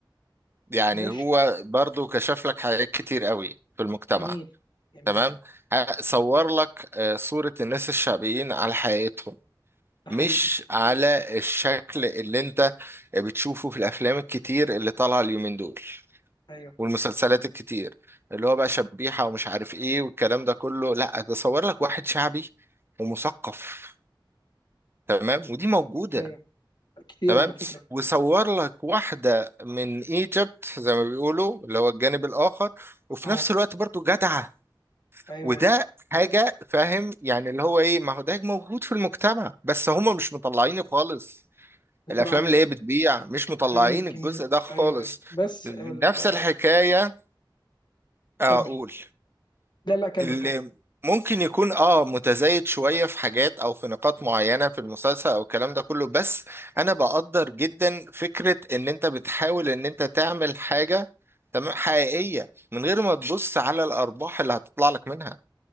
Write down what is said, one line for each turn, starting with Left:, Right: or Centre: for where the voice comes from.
Right: يعني
Left: مش
Right: هو برضو كشف لك حاجات كتير قوي في المجتمع
Left: جميل جميل
Right: تمام ه- صور لك آه، صورة الناس الشعبيين على حياتهم
Left: ده
Right: مش
Left: حقيقي
Right: على الشكل اللي انت بتشوفه في الافلام الكتير اللي طالعة اليومين دول
Left: ايوه
Right: والمسلسلات الكتير اللي هو بقى شبيحة ومش عارف ايه والكلام ده كله لا ده صور لك واحد شعبي ومثقف تمام ودي موجودة
Left: ايوه كتير
Right: تمام
Left: على فكره
Right: وصور لك واحدة من ايجيبت زي ما بيقولوا اللي هو الجانب الآخر وفي
Left: اه
Right: نفس الوقت برضو جدعة
Left: ايوه
Right: وده
Left: ايوه
Right: حاجة فاهم يعني اللي هو ايه ما هو ده موجود في المجتمع بس هما مش مطلعينه خالص
Left: بتراها
Right: الأفلام
Left: له
Right: اللي هي بتبيع مش مطلعين
Left: جميل جميل
Right: الجزء ده خالص
Left: ايوه ايوه بس ال...
Right: نفس الحكاية أقول
Left: كمل لا لا كمل
Right: اللي
Left: كمل
Right: ممكن يكون اه متزايد شوية في حاجات او في نقاط معينة في المسلسل او الكلام ده كله بس انا بقدر جدا فكرة ان انت بتحاول ان انت تعمل حاجة تمام حقيقية من غير ما تبص على الارباح اللي هتطلع لك منها